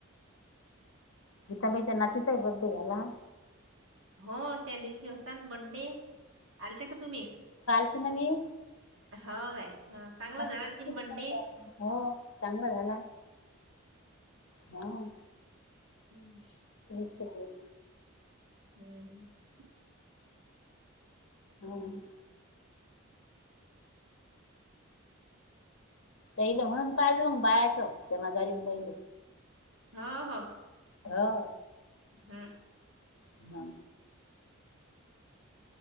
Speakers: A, on the left; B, on the right.
A: गीताबाईच्या नातीचा आहे बर्थडे घाला..
B: हो त्या दिवशी होता बड्डे आलता का तुम्ही...
A: कधी नाही...
B: हो काय चांगला झाला
A: दिसते
B: की
A: गीता
B: बड्डे...
A: ताई. हो चांगला झाला हा...
B: हम्म...
A: हो हो...
B: हम्म हम....
A: हम... तहिल म्हणून पाहिजे मंग बायाचं जमा झाारीहिल..
B: हा हा...
A: हा...
B: हा...
A: हम्म...